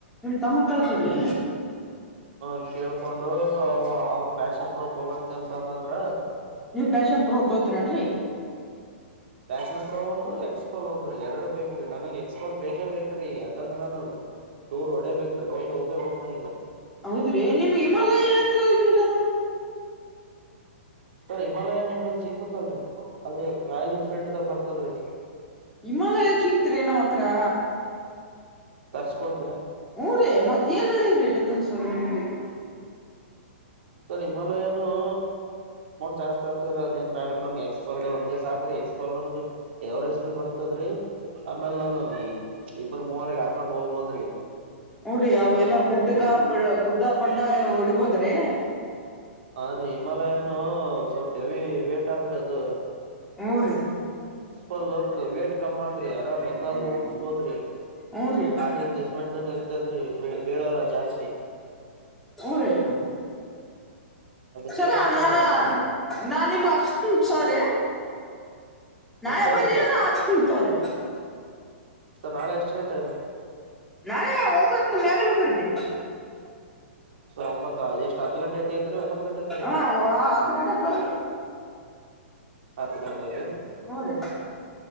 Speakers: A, in the centre; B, on the right (about 60°).
A: ತಮ ಕಳತೀ ರೀ
B: ಹ ಕೇಳ್ಕೊಂಡು ಅವ ಅವ ಪ್ಯಾಷನ್ ಪ್ರೋತ್ ಹೋಗ ನಂತಂದಂದ್ರ
A: ಫ್ಯಾಶಮ್ ತೋಯತರನ್ರಿ
B: ಫ್ಯಾಷನ್ ಪ್ರೊ ಒಂದು ಎಕ್ಸ್ಪಾಲ್ ಒಂದು ರೀ ಎರಡು ಬೇಕ್ರೀ ನನಗೆ ಎಕ್ಸ್ಪಾಲ್ ಬೇಕೇ ಬೇಕ್ರೀ ಈಗ ಯಾಕಂದ್ರೆ ನಾನು ಟೂರ್ ಹೊಡೇಬೇಕ್ರೀ ರೈಡ್ ಹೋಗೇಬೇಕಕ್ ನ ಈಗ
A: ಹೌದ್ರಿ ನಿಮ್ ಹಮಾಲಯ ಂದ್ರಲ್ರಿ ಇಡದಾನ
B: ಸರ್ ಹಿಮಾಲಯ ನಿಂಬಲ್ಲಿ ಸಿಗ್ಬೇಕಲ್ರರಿ ಅದು ರಾಯಲ್ ಎನ್ಫೀಲ್ಡ್ ದ ಬರ್ತದೆ ಹತದ್ರೀ
A: ಇಮ್ಮಾಗ ಸಿಗತ್ರಿಏ ನ ಮತ್ತ ಹತ್ರ
B: ತರಿಸಸಕ ಕೊಡ್
A: ಹಊ ರೇ ಮದ್ ಏನ್ ಹೇಳಿವವ್ರಿ ತನ್ ಸರ ನಿಮ್ಗೆ
B: ಸರ್ ನಿಮಲ್ಲ ಏನು ಅಮೌಂಟ್ ಜಾಸ್ತಿ ಆಗ್ತದೀ ಅದ ಏನ್ ಬ್ಯಾಟ್ರಿ ನಮ್ಗೆ ಎಕ್ಸ್ಪಲ್ ಒಂದೇ ಸಾಕ್ರಿ ಎಕ್ಸ್ಪಾಲ್ನ್ಗೆ ಎವರೇಜ್ ಬಿ ಬರ್ತದ್ರೀ ಆಮೇಲ್ ನಾನು ಇಬ್ಬರ ಮೂವರ್ಗ ಹಾಕೊಂಡ್ ಹೋಗಬೋದ್ರಿ
A: ಹಊ ರೀ ಅವೆಲ್ಲಾ ಗುಡ್ಡಗ ಹ ಗುದಡ್ಡ ಪಂಡ ಓಡಿಬೋತ ಯೇ
B: ಹ ರೀ ಹಿಮಾಲಯ ಏನು ಸ್ವಲ್ಪ ಹೆವಿ ವೇಟ್ ಆದ್ರಿ ಅದು
A: ಮೂರು
B: ಪ್ಪ ಲಕ್ ವೇಟ್ ಕಮ್ಮ್ ಅಂದ್ರಿ ಆರಾಮ್ ಹೆಂಗಾದ್ರೂ ಉಡ್ಸ್ಬೋದ್ರಿ
A: ಹೂ ರೀ
B: ಗಾಡಿ ಜಜ್ಮೆಂಟ್ನ್ ಇರ್ತದ್ರಿ ಬೀಳಲ್ಲ ಜಾಸ್ತಿ
A: ಊರೇ
B: ಅದಕ್ಕೆ
A: ಸರ
B: ಸರ್
A: ನಾನ
B: ನಾ
A: ನಾ ನಿಮ್ ಹ್ಮ ಸರಿ ನಾ ಯ
B: ಸರಿ
A: ಬರಿ
B: ಸರ್
A: ನ
B: ಸರಿ
A: ಹತವ್ರಿ
B: ಸ ನಾಳೆ ಎಷ್ಟು ಗಂಟೆಲ್ಲಿ
A: ನಾಳೆ ಒಂಬತ್ತು ಮಾಗಲ ಬರ್ಿದೆೆ
B: ಸ ಒತ್ ಎಷ್ಟ್ ಹತ್ತು ಗಂಟೆ ಐತೆ ತ್ರಿ ಒತ್ ಗಂಟೆ ಐ ಐತ್ರಿ
A: ಹಾ ಹತ್ತು ಗಂಟೆಗೆ ಬರ್ರಿ
B: ಹತ್ತು ಗಂಟೆಿ
A: ಹ್ಞೂ ರೀ